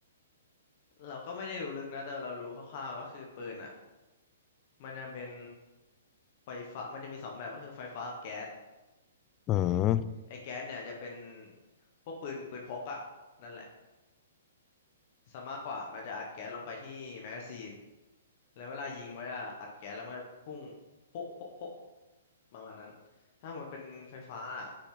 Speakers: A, on the left; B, on the left.
A: เราก็ไม่ได้รู้ลึกนะ แต่เรารู้คร่าวๆก็คือปืนอ่ะมันจะเป็นไฟฟ้ามันจะมีสองแบบก็คือไฟฟ้ากับแก๊ส
B: อืม
A: ไอ้แก๊สเนี่ยจะเป็นพวกปืนปืนพกอ่ะนั่นแหละซะมากกว่ามันจะอัดแก๊สลงไปที่แมกกาซีน แล้วเวลายิงมันจะอัดแก๊สแล้วมันจะพุ่งโป๊ะโป๊ะโป๊ะประมาณนั้นถ้าหมดเป็นไฟฟ้าอะ